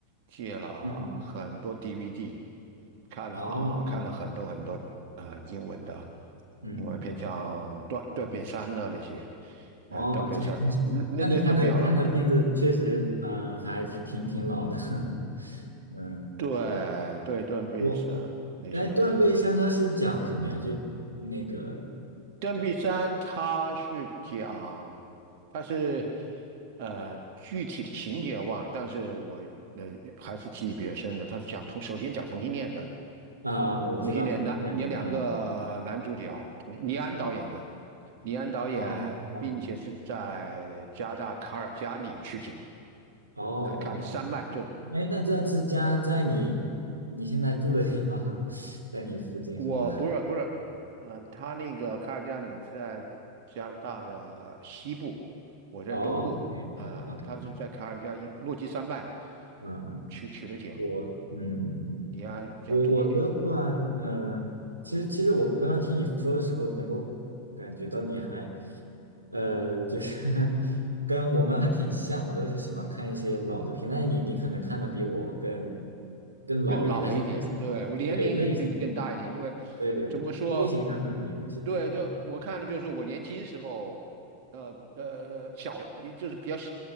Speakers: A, on the right; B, on the right.
A: 借了很多
B: 嗯，
A: DVD，看了啊，
B: 哦，
A: 看了很多很多啊、
B: 嗯嗯嗯
A: 呃英文的
B: 嗯嗯，
A: 英文片，像断断背山呐那些，
B: 嗯哦，
A: 呃，《断背山那那那那不要了，
B: 这，<laughs> 那你看的看的片子确实，
A: 对
B: 嗯、还挺挺挺老的，<laughs> 嗯，
A: 对对，
B: 对，
A: 断背山那些，
B: 我，哎，《断背山》它是讲什么呀？就那个
A: 断臂山它是讲，它是呃具体的情节忘了，但是我呃还是记忆比较深的。它是讲同，首先讲同性恋的，
B: 啊啊啊，我知道同性恋嘛，
A: 同性恋男有两个男主角，
B: 嗯
A: 同李安导演的，
B: 嗯，嗯
A: 李安导演，
B: 哦哦
A: 并且是在加拿大卡尔加里取景，
B: 哦哦哦哦，
A: 啊呃，看的山脉就
B: 哎，那这是家在你你现在住的地方，<laughs> 在你附近是吗？
A: 我不是不是，呃，他那个卡尔加里在加拿大的西部，我在东部，
B: 哦，OK，OK。
A: 呃，他是在卡尔加里诺基山脉
B: 嗯嗯，
A: 去取的景。
B: 我嗯嗯嗯，
A: 你要讲中点。
B: 我我的话，嗯，其实其实我刚刚听你说的时候，能够感觉到你还，呃，就是 <laughs> 跟我们还挺像的，都是喜欢看一些老的片，但是你你可能看的比我更更老一点，
A: 更老一点，
B: 但是类型，
A: 对，我年龄比你更大一点，
B: 对类型，
A: 因为
B: 对对对，
A: 怎么说，
B: 类型上可能有一些不一样。
A: 对，就我看的就是我年轻时候，
B: 嗯
A: 呃呃呃小，就是比较小